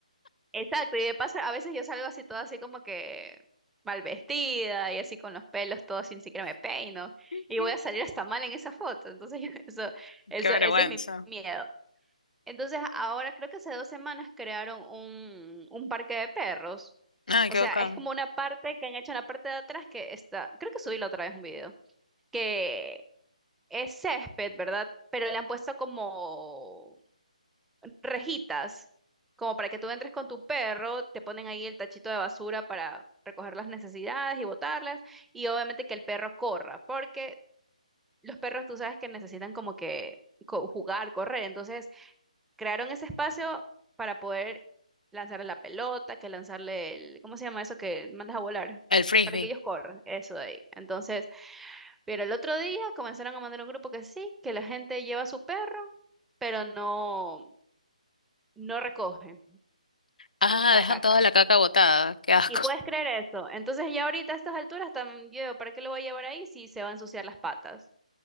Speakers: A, in the centre; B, on the left.
A: Exacto, y de paso, a veces yo salgo así toda así como que mal vestida y así con los pelos todos sin siquiera me peino
B: <laughs>
A: y voy a salir hasta mal en esa foto. Entonces, <laughs> yo- eso, eso,
B: Qué vergüenza.
A: ese es mi miedo. Entonces, ahora creo que hace dos semanas crearon un, un parque de perros.
B: Ay,
A: O
B: qué
A: sea,
B: bacán.
A: es como una parte que han hecho en la parte de atrás que está, creo que subí la otra vez un video, que es césped, ¿verdad? Pero le han puesto como rejitas, como para que tú entres con tu perro, te ponen ahí el tachito de basura para recoger las necesidades y botarlas, y obviamente que el perro corra, porque los perros tú sabes que necesitan como que co- jugar, correr, entonces crearon ese espacio para poder lanzarle la pelota, que lanzarle el, ¿cómo se llama eso que mandas a volar?
B: El frisbee.
A: Para que ellos corran, eso de ahí. Entonces, pero el otro día comenzaron a mandar un grupo que sí, que la gente lleva a su perro, pero no, no recoge.
B: Ah,
A: la
B: dejan
A: caca.
B: toda la caca botada. Qué asco.
A: Y puedes creer eso. Entonces ya ahorita a estas alturas también yo, ¿para qué lo voy a llevar ahí si se va a ensuciar las patas?